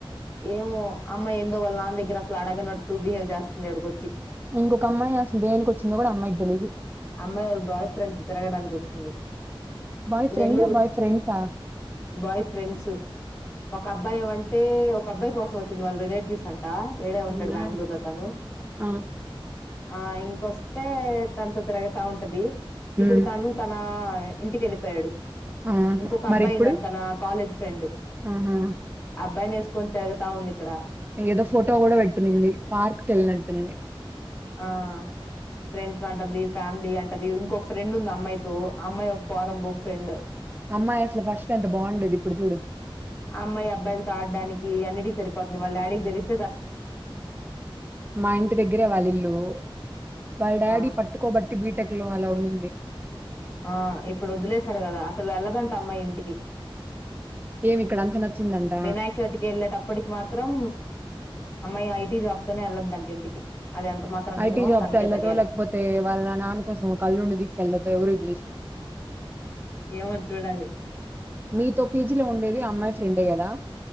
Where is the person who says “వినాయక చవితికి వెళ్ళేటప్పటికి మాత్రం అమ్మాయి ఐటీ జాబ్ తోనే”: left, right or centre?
Left